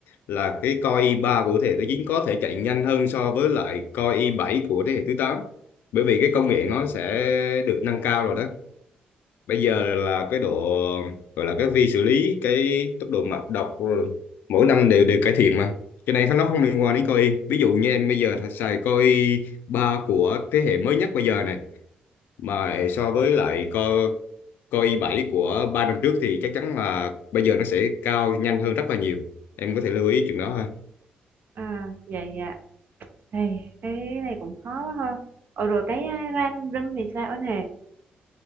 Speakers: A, on the left; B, on the right.
A: là cái Core i ba của thế hệ thứ 9 có thể chạy nhanh hơn so với lại Core i bảy của thế hệ thứ tám bởi vì cái công nghệ nó sẽ được nâng cao rồi đó bây giờ là cái độ gọi là cái vi xử lý cái tốc độ mạch đọc rồi mỗi năm đều đều cải thiện mà cái này nó không liên quan đến Core i ví dụ như em bây giờ xài Core i ba của thế hệ mới nhất bây giờ này mà so với lại co co i7 của ba năm trước thì chắc chắn là bây giờ nó sẽ cao nhanh hơn rất là nhiều em có thể lưu ý chuyện đó ha
B: à vậy dạ này cái này cũng khó quá ha ờ rồi cái à, ram rum thì sao anh hề